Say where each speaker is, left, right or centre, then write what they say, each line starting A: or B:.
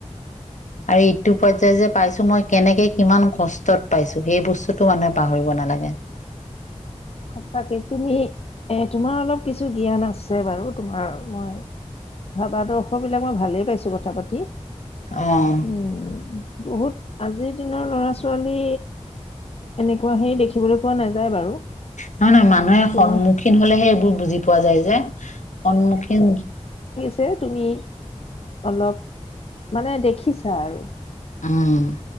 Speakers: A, on the left; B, on the left.
A: <inaudible>
B: আৰু ইটো পৰ্যায় যে পাইছো মই কেনেকে কিমান কষ্টত পাইছো সেই বস্তুতো মানুহে পাহৰিব নালাগে।
A: সঁচাকে তুমি এ তোমাৰ অলপ কিছু জ্ঞান আছে বাৰু তোমাৰ মই ভাবাদৰ্শ বিলাক মই ভালেই পাইছো কথা পাতি।
B: অ'।
A: উম বহুত আজিৰ দিনৰ লৰা ছোৱালী এনেকুৱা সেই দেখিবলৈ পোৱা নাযায় বাৰু।
B: নহয় নহয় মানুহে
A: তোমাৰ
B: সন্মুখীন হ'লেহে এইবোৰ বুজি পোৱা যায় যে। সন্মুখীন
A: হে তুমি অলপ মানে দেখিছা আৰু।
B: উম।